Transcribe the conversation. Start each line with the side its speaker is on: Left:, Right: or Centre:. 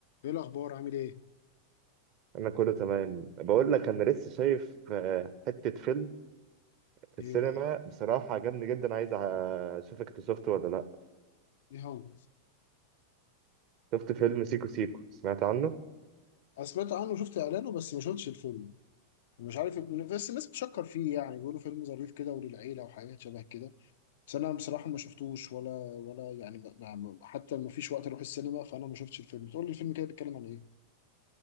Left: ايه الاخبار عامل ايه
Right: انا كله تمام بقول لك انا لسه شايف آه، حتة فيلم في السينما
Left: ايه بقى
Right: بصراحة عجبني جدا عايز أ- اشوفك انت شفته ولا لا
Left: ايه هو
Right: شفت فيلم سيكو سيكو سمعت عنه
Left: انا سمعت عنه وشفت اعلانه بس ما شفتش الفيلم مش عارف بس الناس بتشكر فيه يعني بيقولوا فيلم ظريف كده وللعيله وحاجات شبه كده بس انا بصراحه ما شفتوش ولا ولا يعني ما ما- حتى ما فيش وقت اروح السينما فانا ما شفتش الفيلم تقول لي الفيلم كده بيتكلم عن ايه